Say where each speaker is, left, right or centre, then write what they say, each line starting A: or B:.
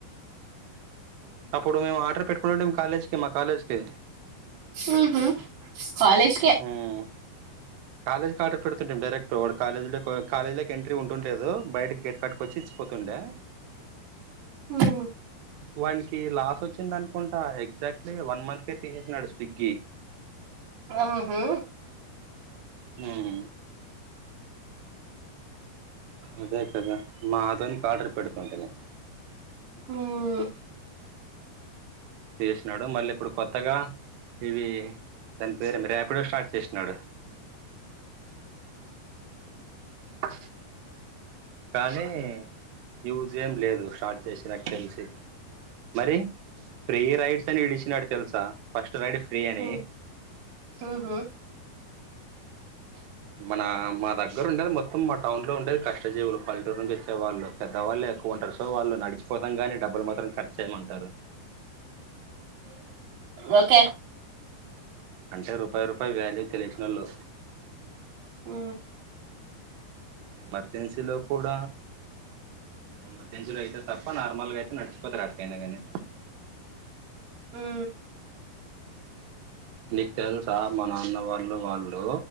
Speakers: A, on the right; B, on the right.
A: అప్పుడు మేము ఆర్డర్ పెట్టుకుంటంటే కాలేజ్కి మా కాలేజ్కి
B: ఉహు కాలేజ్కే
A: ఉమ్, కాలేజ్కి ఆర్డర్ <unintelligible> కాలేజీలోకి ఎంట్రీ ఉంటుండలేదు బయటకి గేట్ కట్టుక వచ్చి ఇచ్చిపోతుండే
B: మ్మ్
A: వాడికి లాస్ వచ్చింది అనుకుంటా ఎగ్జాక్ట్లీ వన్ మంత్కే తీసేసాడు స్విగ్గి
B: ఆహా
A: హు అదే కదా <unintelligible> <unintelligible> ఉంటంది
B: మ్మ్
A: చేసినాడు మళ్ళీ ఇప్పుడు కొత్తగ ఇవి దాని పేరు ఏంపెరు ర్యపిడో స్టార్ట్ చేసినాడు అ కానీ యూజియం లేదు స్టార్ట్ చేసినకు తెలిసి మరి ఫ్రీ రైడ్స్ అని ఇడి <unintelligible> తెలుసా ఫస్ట్ రైడ్ ఫ్రీ అని
B: మ్మ్ ఊహూ
A: మన మా దగ్గర ఉండేది మొత్తం మా టౌన్ లో ఉండేది కష్టజీవులు <unintelligible> నుంచి వచ్చేళ్ళ పెద్దవల్లే ఎక్కువ ఉంటారు సోళ్ళు నడిచ పోతం గానీ డబ్బులు మాత్రం ఖర్చు చేయ్యమంటారు
B: ఒకే
A: అంటే రూపాయి రూపాయి వ్యాల్యూ తెలిసినోళ్ళు
B: ఉ
A: ఎమర్జెన్సీలో కూడ ఎమర్జెన్సీ అయితే తప్ప నార్మల్గా అయితే నడుచకోతారు అట్కనగానే
B: హు
A: నీకు తెలుసా మ నాన్న వాళ్ళు వాళ్ళు